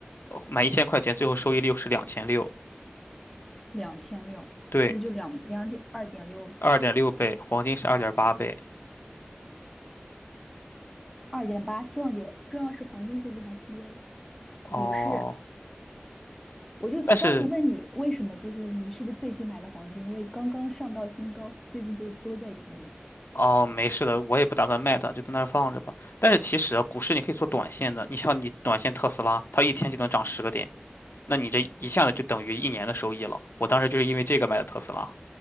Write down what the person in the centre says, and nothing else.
两千六，
那就两两点二点六呗，
二点八。重要点重要是黄金最近还跌了，
股市。我就当时问你为什么，
就是你是不是最近买的黄金，因为刚刚上到新高，最近就都在跌。
是。